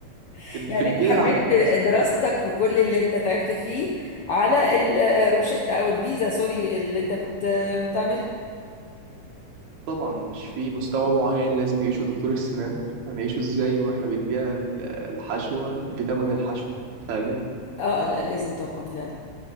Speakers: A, on the left; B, on the right.
A: <laughs>
B: إن في
A: يعني
B: البيع
A: انت حملت
B: على المستقبل
A: دراستك وكل اللي انت تعبت فيه على ال- الروشتة او الفيزا سوري اللي انت بت... بتعمل
B: طبعا مش في مستوى معين لازم يعيشه دكتور السنان هنعيشه ازاي واحنا بنبيع ال- الحشوه بثمن الحشوه فاهماني
A: اه لا لازم طبعا فعلا